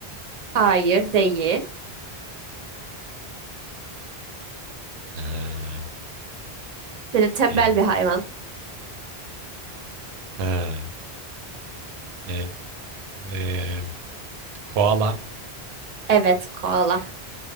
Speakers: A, on the right; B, on the right.
A: Hayır, değil.
B: Ee,
A: Böyle tembel
B: yani.
A: bir hayvan.
B: Ha, e, e, koala.
A: Evet, koala.